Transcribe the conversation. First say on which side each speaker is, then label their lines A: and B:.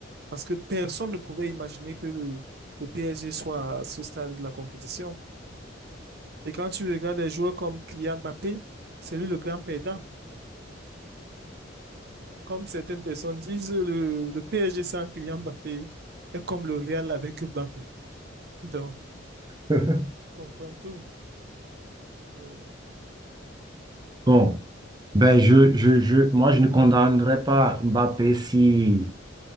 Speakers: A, on the right; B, on the right.
A: Parce que personne ne pouvait imaginer que le, le PSG soit à ce stade de la compétition. Et quand tu regardes les joueurs comme Kylian Mbappé, c'est lui le grand perdant. Comme certaines personnes disent, le, le PSG sans Kylian Mbappé est comme le Real avec Mbappé. Donc,
B: <laughs>
A: on comprend tout. Euh,
B: Bon. Ben, je, je, je, moi, je ne condamnerais pas Mbappé si,